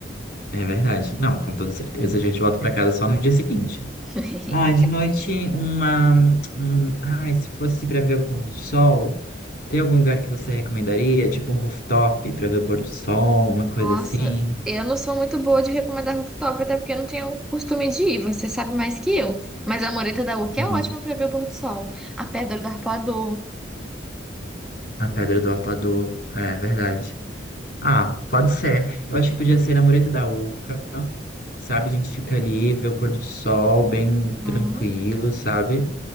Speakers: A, on the left; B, in the centre.
A: é verdade. Não, com toda certeza, a gente volta pra casa só no dia seguinte.
B: <laughs>
A: Ah, de noite uma. Um, ai, se fosse para ver o pôr do sol, tem algum lugar que você recomendaria? Tipo um rooftop para ver o pôr do sol, uma coisa
B: Nossa,
A: assim?
B: eu não sou muito boa de recomendar rooftop, até porque eu não tenho o costume de ir, você sabe mais que eu. Mas a mureta da Urca
A: Hum,
B: é ótima para ver o pôr do sol. A Pedra do Arpoador.
A: a Pedra do Apador. É, verdade. Ah, pode ser. Eu acho que podia ser na Mureta da Urca, sabe? A gente fica ali, vê o pôr do sol bem tranquilo,
B: Hum,
A: sabe?